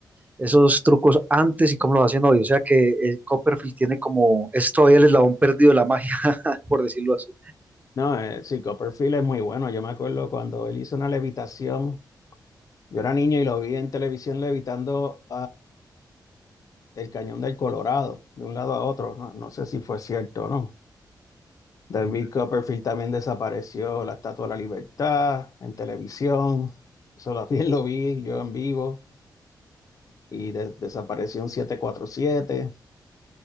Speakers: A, on the right (about 20°); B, on the left (about 45°).
A: esos trucos antes y cómo los hacen hoy. O sea que eh, Copperfield tiene como, es todavía el eslabón perdido de la magia, <laughs> por decirlo así.
B: No, eh, sí, Copperfield es muy bueno. Yo me acuerdo cuando él hizo una levitación. Yo era niño y lo vi en televisión levitando del Cañón del Colorado, de un lado a otro. No, no sé si fue cierto o no. David
A: Mm.
B: Copperfield también desapareció, la Estatua de la Libertad, en televisión. Eso también lo vi yo en vivo y de- desapareció un 747,